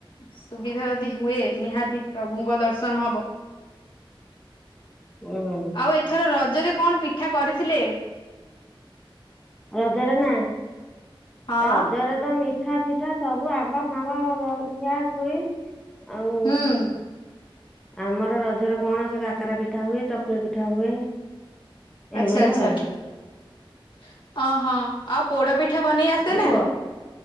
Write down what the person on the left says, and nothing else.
ସୁବିଧା ଯଦି ହୁଏ, ନିହାତି ପ୍ରଭୁଙ୍କ ଦର୍ଶନ ହବ।
ଆଉ ଏଥର ରଜରେ କଣ ପିଠା କରିଥିଲେ?
ହଁ।
ହୁଁ
ଆଛା ଆଛା
ଅ ହଁ। ଆଉ ପୋଡ ପିଠା ବନେଇ ଆସେ
ନା?